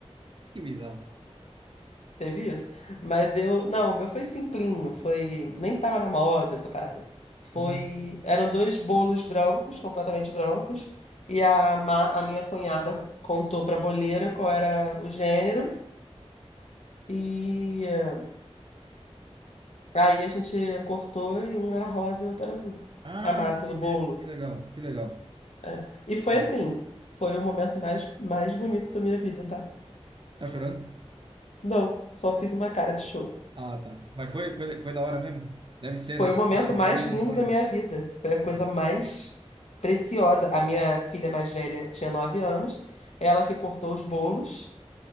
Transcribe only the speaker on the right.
Que bizarro.
Uhum.
Ah,
que,
de-
que legal, que legal.
Que da
hora.
Tá chorando?
Ah, tá. Mas foi, foi, foi da hora mesmo? Deve ser,
né? Porque
eu sou
pai, eu
não sei.
Ah.